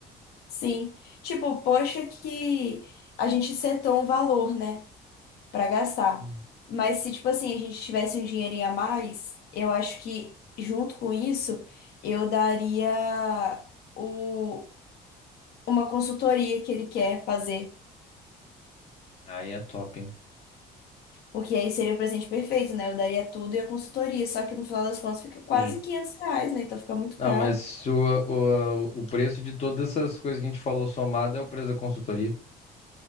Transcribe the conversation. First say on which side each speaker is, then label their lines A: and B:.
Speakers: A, on the left; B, on the left.
A: Sim. Tipo, poxa que a gente setou um valor, né? pra gastar.
B: Hum.
A: Mas se, tipo assim, a gente tivesse um dinheirinho a mais, eu acho que junto com isso, eu daria o, uma consultoria que ele quer fazer.
B: Aí é top, hein?
A: Porque aí seria o presente perfeito, né? Eu daria tudo e a consultoria. Só que no final das contas fica quase
B: Sim.
A: 500 reais, né? Então fica muito
B: Não,
A: caro.
B: mas o, o, o preço de todas essas coisas que a gente falou somado é o preço da consultoria.